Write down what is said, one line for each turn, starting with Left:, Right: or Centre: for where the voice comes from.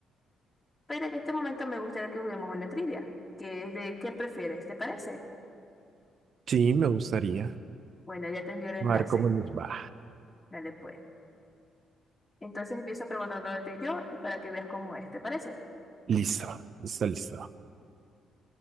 Left: Pero en este momento me gustaría que juguemos una trivia, que es de ¿qué prefieres? ¿Te parece?
Right: Sí, me gustaría.
Left: Bueno, ya te envié el enlace.
Right: A ver cómo nos va.
Left: Dale pues. Entonces empiezo preguntándote yo y para que veas cómo es, ¿te parece?
Right: Listo, listo, listo.